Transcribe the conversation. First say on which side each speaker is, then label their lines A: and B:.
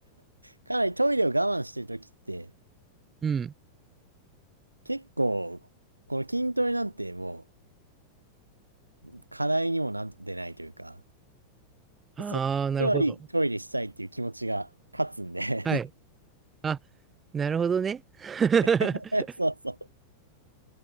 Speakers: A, on the right; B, on the right.
A: かなりトイレを我慢してる時って、
B: うん。
A: 結構、この筋トレなんてもう課題にもなってないというか、
B: ああ、
A: そのことよりトイレしたいっていう気持ちが勝つんで
B: なるほど。はい。あ、なるほどね。<laughs>
A: <laughs> そうそう。